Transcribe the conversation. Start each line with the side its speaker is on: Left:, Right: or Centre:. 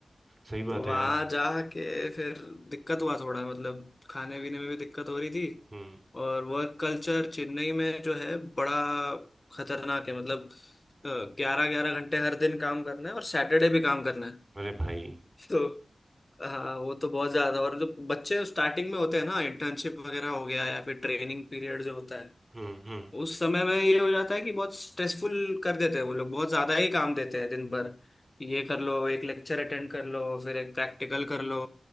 Right: सही बात
Left: तो वहाँ
Right: है यार
Left: जाके फिर दिक्कत हुआ थोड़ा मतलब खाने पीने में भी दिक्कत हो रही थी
Right: हम्म
Left: और वर्क कल्चर चेन्नई में जो है बड़ा खतरनाक है मतलब ग्यारह ग्यारह घंटे हर दिन काम करना है और सैटरडे भी काम करना है
Right: अरे भाई
Left: तो हाँ वो तो बहुत ज्यादा और जो बच्चे स्टार्टिंग में होते हैं ना इंटर्नशिप वगैरह हो गया या फिर ट्रेनिंग पीरियड जो होता है
Right: हम्म हम्म
Left: उस समय में ये हो जाता है कि बहुत स्ट्रेसफुल कर देते हैं वो लोग बहुत ज्यादा ही काम देते हैं दिन भर ये कर लो एक लेक्चर अटेंड कर लो फिर एक प्रैक्टिकल कर लो